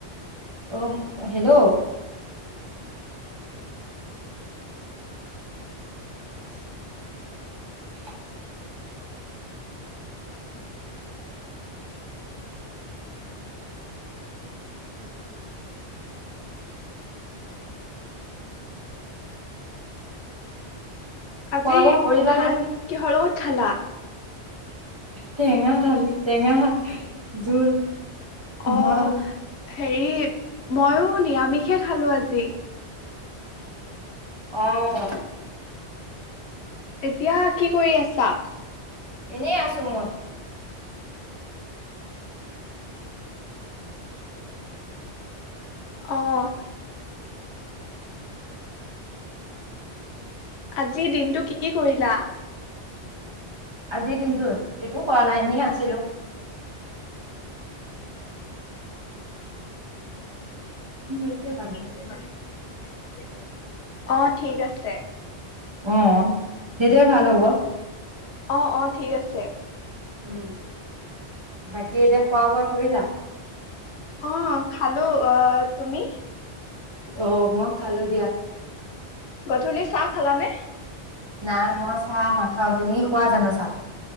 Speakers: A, on the right; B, on the left.
A: অ', হেল্ল'। <inaudible>
B: আজি
A: খোৱা বোৱা কৰিলানে
B: ভাত কিহৰ লগত খালা?
A: টেঙা‌ দালি, টেঙা শাক, জোল।
B: অ', এহ।
A: মাছ
B: হেৰি, ময়ো নিৰামিষে খালোঁ আজি।
A: অ' অঃ।
B: এতিয়া কি কৰি আছা?
A: এনেই আছোঁ মই।
B: অ'। আজি দিনটো কি-কি কৰিলা?
A: আজিৰ দিনটোত, একো কৰা নাই এনে আছিলোঁ। <unintelligible>
B: <unintelligible> অ' ঠিক আছে।
A: অ'। সেইটোয়ে ভাল হ'ব।
B: অ'-অ' ঠিক আছে।
A: উম, বাকী এতিয়া খোৱা বোৱা কৰিলাঁ?
B: <inaudible> অ', খালোঁ। আঃ তুমি?
A: অ', মই খালোঁ‌ দিয়া।
B: গধূলি চাহ খালানে?
A: নাই, মই চাহ নাখাওঁ। তুমি খোৱা জানো চাহ?